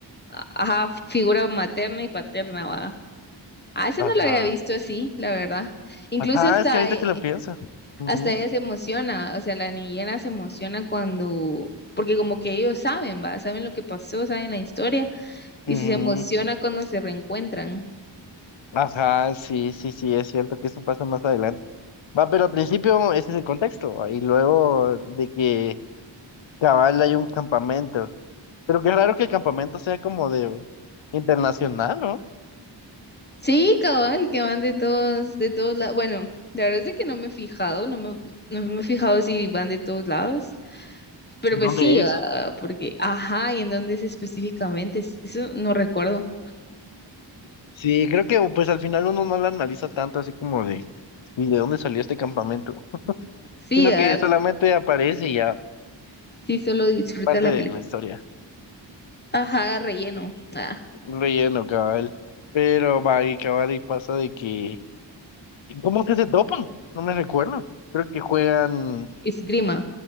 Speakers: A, on the left; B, on the left.
A: Ajá, figura materna y paterna, va. Ah, ese
B: Ajá.
A: no lo había visto así, la verdad. Incluso
B: Ajá,
A: hasta,
B: es que ahorita
A: e-
B: que lo pienso. Ujú.
A: hasta ella se emociona, o sea, la niñera se emociona cuando, porque como que ellos saben, va, saben lo que pasó, saben la historia,
B: Ujú.
A: y se emociona cuando se reencuentran.
B: Ajá, sí, sí, sí, es cierto que eso pasa más adelante. Va, pero al principio ese es el contexto, y luego de que cabal hay un campamento. Pero qué raro que el campamento sea como de internacional, ¿no?
A: Sí, cabal, que van de todos, de todos lados. Bueno, la verdad es que no me he fijado, no me, no me he fijado si van de todos lados, pero
B: ¿Y
A: pues
B: dónde
A: sí,
B: es?
A: va, porque, ajá, ¿y en dónde es específicamente? Es- Eso no recuerdo.
B: Sí, creo que pues al final uno no lo analiza tanto así como de, ¿y de dónde salió este campamento?
A: Sí,
B: Sino
A: ¿verdad?
B: que solamente aparece y ya
A: Sí, solo disfruta
B: es parte
A: la
B: de
A: película.
B: la historia.
A: Ajá, relleno. Ah,
B: Un Relleno, cabal. Pero va y cabal y pasa de que... ¿Cómo es que se topan? No me recuerdo. Creo que juegan...
A: esgrima.